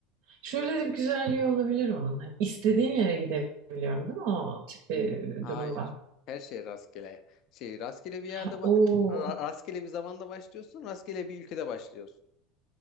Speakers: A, on the right; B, on the left.
A: şöyle de bir güzelliği olabilir onun. Hani istediğim yere gidebiliyorum değil mi o tip bir
B: Hayır.
A: durumda?
B: Her şey rastgele. Şey rastgele bir yerde
A: Ha,
B: ba-
A: Oo,
B: ra- rastgele bir zamanda başlıyorsun, rastgele bir ülkede başlıyorsun.